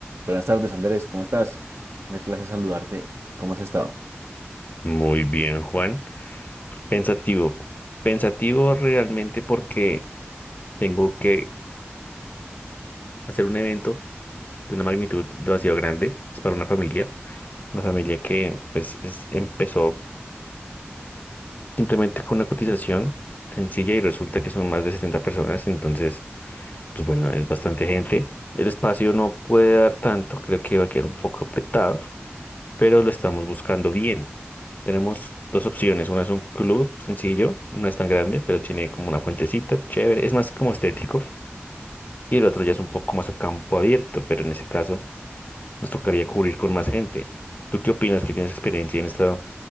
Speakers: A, on the right (about 80°); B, on the left (about 40°).
A: Buenas tardes, Andrés, ¿cómo estás? Me place saludarte. ¿Cómo has estado?
B: Muy bien, Juan. Pensativo. Pensativo realmente porque tengo que hacer un evento de una magnitud demasiado grande. Es para una familia. Una familia que pues es- empezó simplemente con una cotización sencilla y resulta que son más de 70 personas. Entonces pues bueno, es bastante gente. El espacio no puede dar tanto, creo que va a quedar un poco apretado, pero lo estamos buscando bien. Tenemos dos opciones, una es un club sencillo, no es tan grande, pero tiene como una fuentecita, chévere, es más como estético, y el otro ya es un poco más a campo abierto, pero en ese caso nos tocaría cubrir con más gente. ¿Tú qué opinas que tienes experiencia en esto